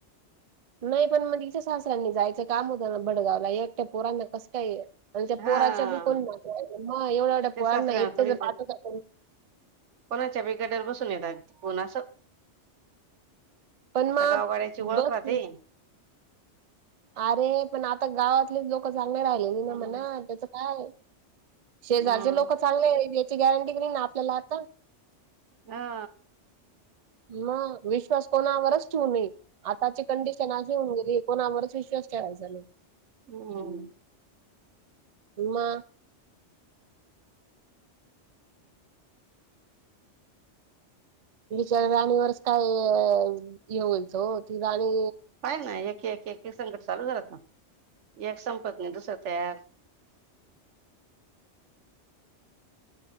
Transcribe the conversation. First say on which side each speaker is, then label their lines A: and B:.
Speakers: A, on the right; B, on the right.
A: नाही पण मग इच्या सासऱ्यांनी जायचं काम होतं ना भडगावला एकट्या पोरांना कस काय आहे आणि त्या
B: हा
A: पोराच्या पी कोण म एवढ्या एवढ्या
B: ते
A: पोरांना
B: सासऱ्याना
A: एकट्याच
B: थोडी
A: पाठवतण
B: कोणाच्या बेगाड्यावर बसून येतात कोणा असं
A: पण
B: आता
A: मग
B: गावगाड्याची ओळख
A: बघ तू,
B: राहते
A: अरे पण आता गावातलेच लोक चांगले राहिले नि ना
B: हम्म
A: म्हणा त्याच काय शेजारचे
B: हम्म
A: लोक चांगले याची गॅरंटी क ना आपल्याला आता
B: हा
A: म विश्वास कोणावरच ठेवू नये आताची कंडिशन े एकोण आवरच विश्वास ठेवायचाले
B: हम्
A: ह्मा तिच राणीवरच काय हे होईच ती राणी
B: काय ना एक एक एक संकट चालू रात एक संपत नाही दुसरं तयार -